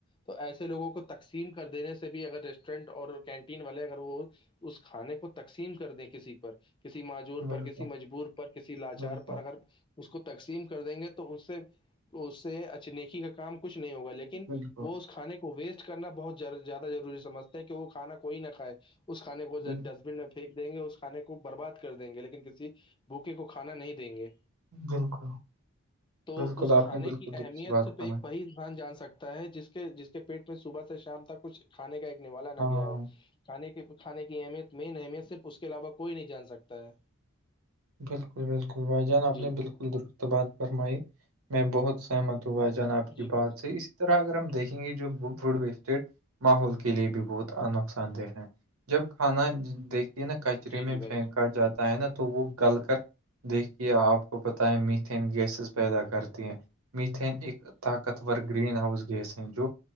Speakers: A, on the left (about 20°); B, on the right (about 85°).
A: تو ایسے لوگوں کو تقسیم کر دینے سے بھی اگر ریسٹورینٹ اور کینٹین والے اگر وہ اس کھانے کو تقسیم کر دیں کسی پر کسی معذور
B: بالکل
A: پر کسی مجبور پر کسی لاچار
B: بالکل
A: پر اگر اس کو تقسیم کر دیں گے تو اس سے اس سے اچنیکی کا کام کچھ نہیں ہوگا لیکن
B: بالکل
A: وہ اس کھانے کو ویسٹ کرنا بہت زیادہ ضروری سمجھتے ہیں کہ وہ کھانا کوئی نہ کھائے اس کھے کو
B: بال-
A: ڈسٹبن میں پھینک دیں گے اس کھانے کو برباد کر دیں گے لیکن کسی بھوکے کو کانا نہیں دیں گے
B: بالکل
A: تو
B: بالکل
A: اس کھانے
B: آپ نے بالکل
A: کی
B: درست
A: اہمیت
B: بات
A: صرف
B: فرمائی
A: ایک وہی انسان جان سکتا ہے جس کے جس کے پیٹ میں صبح سے شام تک کچھ کھے کا ایک ن والالا
B: ہاں
A: نہ گیا ہو کھ کے کھانے کی اہمیت مین اہمیت صرف اس کے علاوہ کوئی نہیں جان سکتا ہے
B: بالکل بالکل بھائی جان آپ
A: جی
B: نے بالکل درست بات فرمائی میں بہت سہمت توب جان آب کی
A: جی بھائی
B: بات صی اس اس طرح اگر ہم دیکھیں گے جو فوڈ ویسٹیڈ ماحول کے لیے بھی بہت نقصان دہ ہے جب کھانا دیک کے نا کچرے
A: جی
B: میں
A: جی بھائی
B: پھینکا جاتا ہے نا تو وہ کل کر دیکھیے آپ کو پت ہے میتین گیسز پیدا کرتی ہیں میتھیین ایک طاقت ور گرین ہاؤس گیس ہیں جو